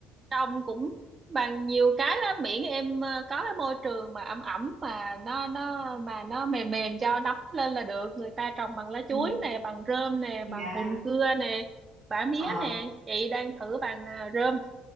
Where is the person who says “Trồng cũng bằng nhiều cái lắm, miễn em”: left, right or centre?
Right